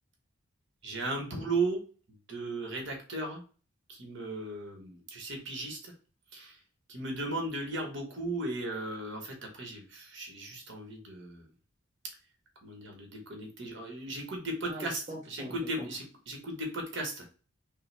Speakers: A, on the right; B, on the right.
A: J'ai un boulot de rédacteur qui me tu sais, pigiste, qui me demande de lire beaucoup et heu, en fait, après j'ai j'ai juste envie de comment dire, de déconnecter. euh, J'écoute des podcasts.
B: Ah, je comprends,
A: J'écoute
B: je
A: des,
B: comprends.
A: j'éc- j'écoute des podcasts.